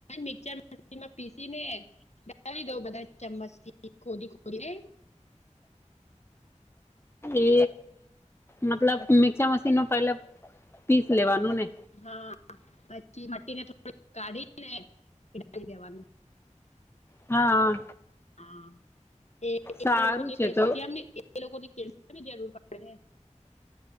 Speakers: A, on the left; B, on the left.
A: મિક્ચરમાં માં પીસી ને લગી દઉ બધા ચમચથી ખોદી ખોદીને
B: એ મતલબ
A: હમ,
B: મિક્સર મશીનમાં પેલા પીસ લેવાનું ને?
A: હા પછી મીને થોડું ગાડીને મીઠું નાખી દેવાનું
B: હા.
A: હા એ
B: સારું
A: લોકોને
B: છે
A: કેલ્શિયમને
B: તો
A: એ લોકોને કેલ્શિયમ ની જરૂર પડે ને